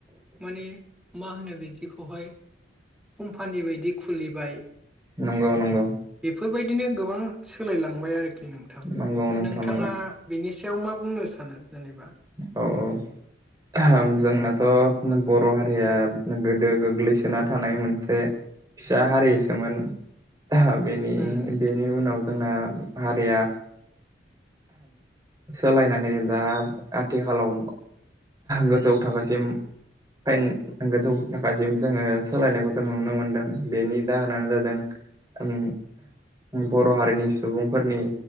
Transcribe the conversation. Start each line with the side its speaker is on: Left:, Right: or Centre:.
Centre: माने मा होनो बिदि बिदिखौहाय खमपानि बायदि खुलिबाय
Right: नंगौ नंगौ
Centre: बेफोरबादि बिदिनो गोबां सोलायलांबाय आरोखि नोंथां
Right: नंगौ नोंथां
Centre: नोंथाङा
Right: नंगौ
Centre: बिनि सायाव मा बुंनो सानो जेनेबा
Right: औ औ आहाम जोंनाथ' बर' हारिया गोदो गोग्लैसोना थानाय मोनसे फिसा हारिसोमोन बेनि
Centre: उम
Right: बेनि उनाव जोंना हारिया सोलायनानै दा आथिखालाव गोजौ थाखोसिम। फाइन गोजौ थाखसिम जोङो सोलायनायखौ जों नुनो मोनदों बेनि दा नानो जादों ओम बर' हारिनि सुबुंफोरनि